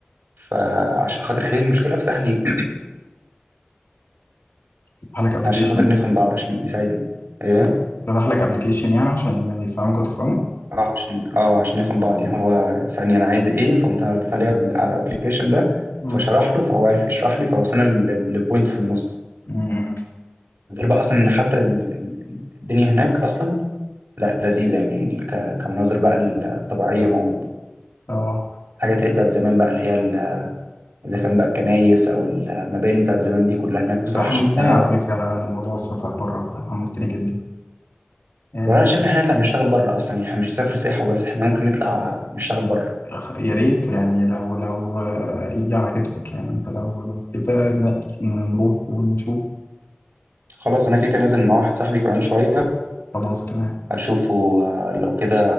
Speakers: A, on the right (about 70°); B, on the left (about 75°).
A: فعشان خاطر يحل لي المشكله فتح لي
B: فتح
A: <clears throat>
B: لك ابلكيشن
A: عشان خاطر نفهم بعض عشان يساعدني ايه
B: فتح لك ابلكيشن يعني عشان يفهمك وتفهمه
A: اه عشان اه عشان نفهم بعض يعني هو سألني انا عايز ايه فقمت انا رديت عليه بال- على الابلكيشن ده
B: مم.
A: فشرح له فهو عرف يشرح لي فوصلنا لبوينت في النص
B: مم.
A: غير بقى اصلا ان حتى ال- ال- الدنيا هناك اصلا لا لذيذة يعني ك- كمناظر بقى الطبيعية موجودة
B: اه
A: الحاجات اللي بتاعت زمان بقى اللي هي ال- إذا كان بقى الكنايس أو المباني بتاعت زمان دي كلها هناك بصراحة
B: انت حمستني
A: شكلها
B: على فكرة لموضوع السفر بره والله حمستني جدا يعني
A: والله أنا شايف إن إحنا نطلع نشتغل بره أصلا يعني إحنا مش نسافر سياحة وبس إحنا ممكن نطلع نشتغل بره
B: أخ- يا ريت يعني لو لو آه، يجي على كتفك يعني انت لو لو كده نقدر نروح ونشوف
A: خلاص أنا كده كده نازل مع واحد صاحبي كمان شوية
B: خلاص تمام
A: أشوفه آه، لو كده